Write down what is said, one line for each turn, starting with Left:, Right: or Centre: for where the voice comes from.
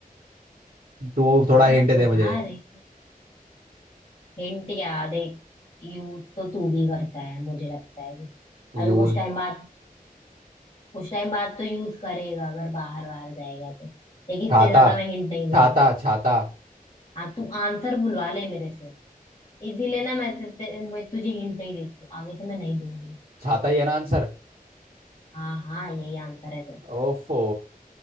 Right: तो थोड़ा
Left: मैं तो
Right: हिंट
Left: बस बता
Right: दे मुझे
Left: रही हूँ हिंट याद है यूज तो तू भी करता है मुझे लगता है अभी अभी
Right: यू
Left: कुछ टाइम बाद कुछ टाइम बाद तो यूज करेगा अगर बाहर बाहर जाएगा तो लेकिन
Right: छाता
Left: इससे ज्यादा मैं हिंट नहीं
Right: छाता
Left: दूंगी
Right: छाता
Left: हाँ तू आंसर बुलवा ले मेरे से इसीलिए ना मैं, ते, ते, मैं तुझे हिंट नहीं देती हूँ आगे से मैं नहीं दूंगी
Right: छाता ही है ना आंसर
Left: हाँ हाँ यही आंसर है तेरा।
Right: ओफो